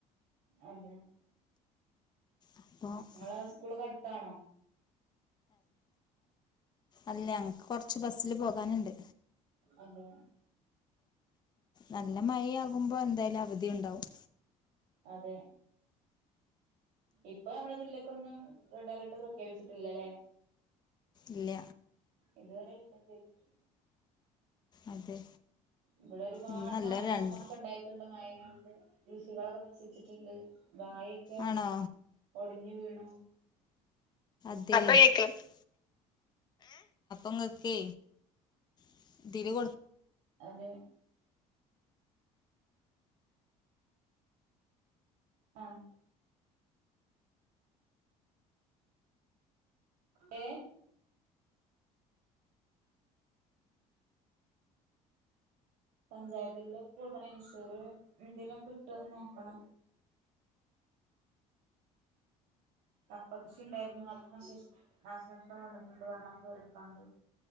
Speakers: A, on the right (about 80°); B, on the left (about 30°).
A: അതെ
B: അപ്പോ
A: നിങ്ങളെ സ്കൂളൊക്കെ അടു ത്താണോ
B: അല്ല ഞങ്ങക്ക് കൊറച്ച് ബസില് പോകാനുണ്ട്
A: അതെ
B: നല്ല മഴയാകുമ്പോ എന്തായാലും അവധിയുണ്ടാവും
A: അതെ ഇപ്പൊ നമ്മളെ ജില്ലക്കൊന്നും റെഡ് അലേർട്ട് പ്രഖ്യാപിച്ചിട്ടില്ലല്ലേ
B: ഇല്ല
A: ഇതുവരെ ഇല്ല പെയിതിട്ടും
B: അതെ
A: ഇവിടെ ഒരുപാട്
B: ഇന്നല്ല
A: നാശനഷ്ടങ്ങളൊക്കെ
B: രണ്ട്
A: ഉണ്ടായിട്ടുണ്ട് മയ കൃഷികളൊക്കെ ന ശിച്ചിട്ടുണ്ട് വായയൊക്കെ
B: ആണോ
A: ഒ ടിഞ്ഞ് വീണു
B: <unintelligible> അപ്പൊ ഇങ്ങക്കേ <unintelligible>
A: അതെ ആഹ് ഏ പഞ്ചായത്തിലൊക്കെ കൂട്ടണം ഇൻഷൂറ് എന്തെലും കിട്ടോന്ന് നോക്കണം. കപ്പകൃഷി ഇണ്ടായിരുന്നു അത് നശിശ് നാശനഷ്ടം വന്നിട്ടുണ്ട് വെള്ളം കേറിക്കാണ്ട്.